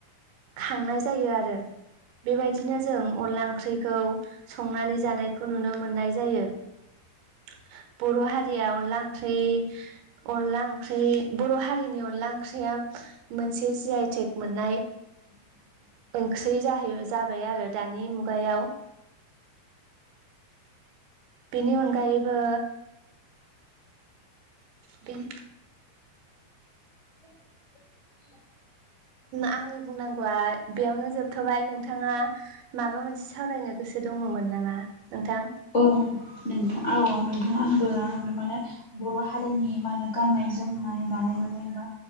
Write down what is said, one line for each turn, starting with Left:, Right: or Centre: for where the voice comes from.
Right: खांनाय जायो आरो बेबायदिनो जों अनला ओंख्रिखौ संनानै जानायखौ नुनो मोननाय जायो <unintelligible> बर' हारिया अनला ओंख्रि अनला ओंख्रि बर' हारिनि अनला ओंख्रिया मोनसे जि आइटेक मोननाय
Left: <inaudible>
Right: ओंख्रि जाहै जाबाय आरो दानि मुगायाव बेनि अनगायैबो बेन
Left: <unintelligible>
Right: आंनि बुंनांगौआ बेयावनो जोबथ'बाय नोंथाङा। माबा मोनसे सावरायनो गोसो दङमोन नामा नोंथां
Left: अ नोंथ औ नोंथ आंबो आंनो माने बर' हारिनि मा होनो गाननाय जोमनाय दानाय लुनाय एबा